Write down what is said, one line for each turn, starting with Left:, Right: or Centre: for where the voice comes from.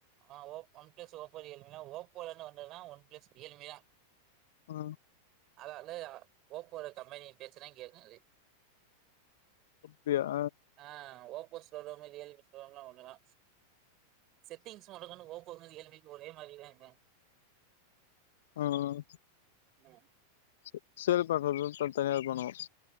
Right: ஆ ஓ ஒன் ஃபேஸ் ஓப்போ ரியல்மனா ஓப்போலந்து வந்ததுதான் ஒன் ஃபேஸ் ரியல்மிதான்
Left: ஆ
Right: அதா வந்து ஓப்போல கம்பெனி பேச்சுனா கேக்காது
Left: அப்டி ஆ
Right: ஆ ஓப்போ ஸ்டோரோம் ரியல்பி ஸ்டோரோம்லா ஒண்ணு தா செட்டிங்ஸ் மட்டுதான ஓபோ இந்தமாரி ஏளிள்மைக்கு ஒரே மாதிரறாங்க
Left: ம்
Right: ம்
Left: செ செரி பா <unintelligible> தனியாக பண்ணுவம்